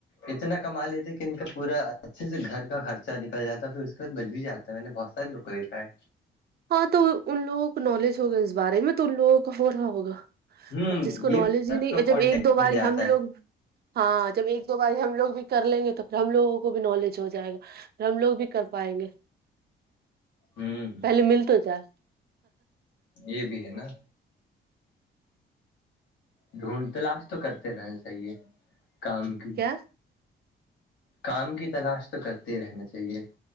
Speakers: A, on the left (about 70°); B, on the right (about 55°).
A: اتنا کما لیتے کہ ان کا پورا اچھے سے گھر کا خرچہ نکل جا پھر اس کے بعد بچ بھی جاتا تو میں نے بستہ لو یہش ہے
B: ہاں تو ان لوگوں کو نالج ہوگا اس بارے میں تو ان لوگوں کا ہو رہا ہوگا
A: ہوں
B: اب جس کو
A: یہ بھی
B: نالج ہی نہیں
A: کانٹیکٹ
B: جب ایک دو بار
A: بن جاتا
B: ہم
A: ہے
B: لوگ ہاں جب ایک دو باری ہم لوگ بھی کر لیں گے توھر ہم لوگوں کو بھی نالج ہو جائے گا ھر ہم لوگ بھی کر پائیں گے
A: جی
B: پہلے مل تو جائے
A: یہ بھی ہے نا ڈھونڈ تلاش تو کرتے رہ صحی ہے کام کی
B: چ
A: کام کی تلاش تو کرتے ہی رہنا چاہیے